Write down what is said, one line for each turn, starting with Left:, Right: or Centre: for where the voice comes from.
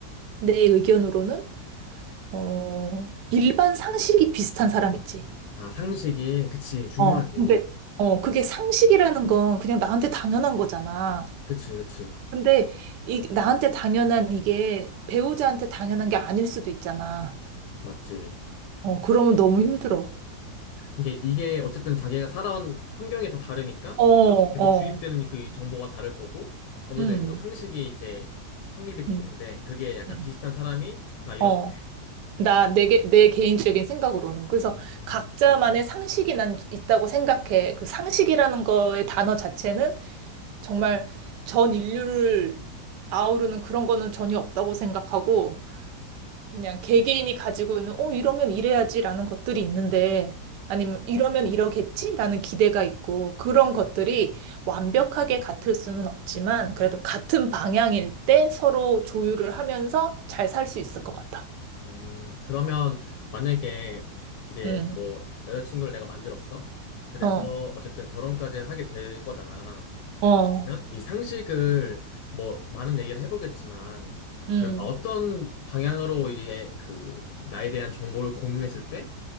Right: 내 의견으로는, 어, 일반 상식이 비슷한 사람 있지.
Left: 아 상식이 그치 중요하지.
Right: 어, 근데, 어, 그게 상식이라는 건 그냥 나한테 당연한 거잖아.
Left: 그치 그치
Right: 근데 이, 나한테 당연한 이게 배우자한테 당연한 게 아닐 수도 있잖아.
Left: 맞지.
Right: 어, 그러면 너무 힘들어.
Left: 이게, 이게 어쨌든 자기가 살아온 환경이 다 다르니까
Right: 어, 어,
Left: 계속 주입되는 그 정보가 다를 거고 거기서
Right: 음,
Left: 계속 상식이 이제 확립이 될
Right: 음,
Left: 텐데 그게 약간
Right: 음.
Left: 비슷한 사람이 좋다 이런
Right: 어.
Left: 거네.
Right: 나, 내, 개- 내 개인적인 생각으로는. 그래서
Left: 음,
Right: 각자만의 상식이 난 있다고 생각해. 그 상식이라는 거의 단어 자체는 정말 전 인류를 아우르는 그런 거는 전혀 없다고 생각하고, 그냥 개개인이 가지고 있는, 어, 이러면 이래야지라는 것들이 있는데, 아니면 이러면 이러겠지라는 기대가 있고, 그런 것들이 완벽하게 같을 수는 없지만, 그래도 같은 방향일 때 서로 조율을 하면서 잘 살 수 있을 것 같아.
Left: 음, 그러면 만약에 이제
Right: 음,
Left: 뭐 여자친구를 내가 만들었어. 그래서
Right: 어,
Left: 어쨌든 결혼까지 하게 될 거잖아.
Right: 어,
Left: 그러면 이 상식을 뭐 많은 얘기를 해보겠지만
Right: 음,
Left: 그럼 어떤 방향으로 이제 그 나에 대한 정보를 공유했을 때